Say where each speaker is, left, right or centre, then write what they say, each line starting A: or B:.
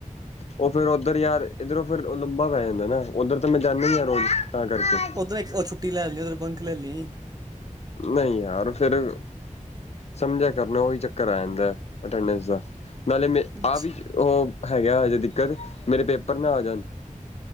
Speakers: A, on the left; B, on the right.
A: ਉਹ ਫੇਰ ਉੱਧਰ ਯਾਰ ਇਧਰੋਂ ਫਿਰ ਲੰਬਾ ਪੈ ਜਾਂਦਾ ਨਾ ਓਧਰ ਤਾਂ ਮੈਂ ਜਾਂਦੀ ਆ ਰੋਜ਼ ਤਾਂ ਕਰਕੇ।
B: ਓ ਇੱਕ ਛੁੱਟੀ ਲੈ ਲਈ ਉੱਧਰ ਬੰਕ ਲੇ ਲਈ।
A: ਨਹੀਂ ਯਾਰ ਫੇਰ। ਸਮਝਿਆ ਕਰ ਨਾ ਉਹੀ ਚੱਕਰ ਆ ਜਾਂਦਾ ਅਟੇਂਡੇਸ ਦਾ। ਨਾਲੇ ਮੇ
B: ਅੱਛਾ
A: ਆਹ ਵੀ ਉਹ ਹੈਗਾ ਹਜੇ ਦਿੱਕਤ ਮੇਰੇ ਪੇਪਰ ਨਾ ਆ ਜਾਣ।